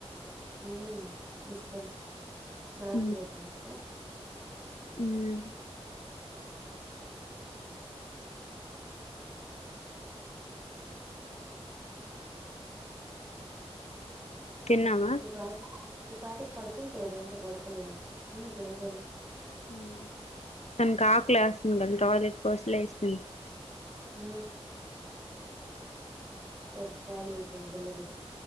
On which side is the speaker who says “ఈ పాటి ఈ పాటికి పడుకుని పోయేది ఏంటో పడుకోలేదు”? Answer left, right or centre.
Right